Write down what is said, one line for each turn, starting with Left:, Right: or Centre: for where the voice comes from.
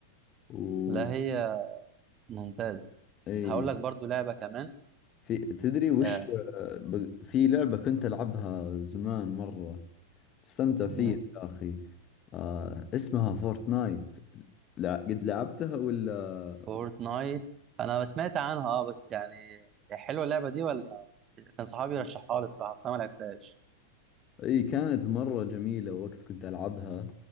Left: و
Right: لا هي ممتازه
Left: اي
Right: هقول لك برضو لعبه كمان
Left: في تدري وش
Right: آه.
Left: ب- في لعبة كنت ألعبها زمان مرة تستمتع
Right: مم.
Left: فيها يا أخي آه اسمها فورتنايت لا قد لعبتها ولا
Right: فورتنايت انا سمعت عنها اه بس يعني هي حلوه اللعبه دي ولا كان صحابي رشحها لي الصراحه بس انا ما لعبتهاش
Left: اي كانت مرة جميلة وقت كنت ألعبها